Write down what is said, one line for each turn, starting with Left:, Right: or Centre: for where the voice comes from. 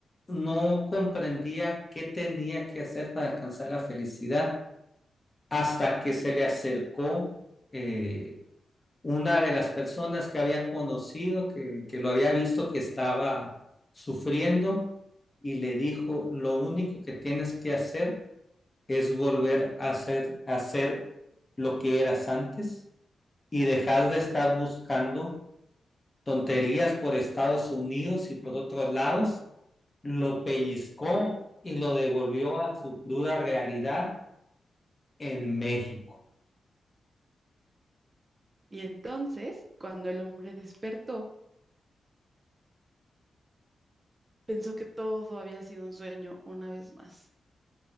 Left: no comprendía qué tenía que hacer para alcanzar la felicidad hasta que se le acercó eh, una de las personas que había conocido, que, que lo había visto que estaba sufriendo y le dijo, lo único que tienes que hacer es volver a hacer, a hacer lo que eras antes y dejar de estar buscando tonterías por Estados Unidos y por otros lados. Lo pellizcó y lo devolvió a su cruda realidad en México.
Right: Y entonces, cuando el hombre despertó, pensó que todo había sido un sueño una vez más,